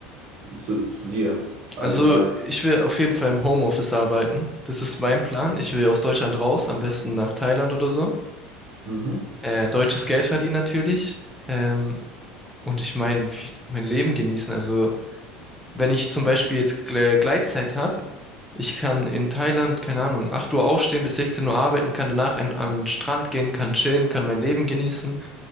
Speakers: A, on the right; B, in the centre.
A: zu, zu dir allgemein?
B: Also ich will auf jeden Fall im Homeoffice arbeiten. Das ist mein Plan. Ich will aus Deutschland raus, am besten nach Thailand oder so.
A: Mhm.
B: Äh, deutsches Geld verdienen natürlich. Ähm, Und ich meine, ich- mein Leben genießen. Also, wenn ich zum Beispiel jetzt Gle- Gleitzeit habe, ich kann in Thailand, keine Ahnung, 8 Uhr aufstehen, bis 16 Uhr arbeiten, kann danach an, an den Strand gehen, kann chillen, kann mein Leben genießen.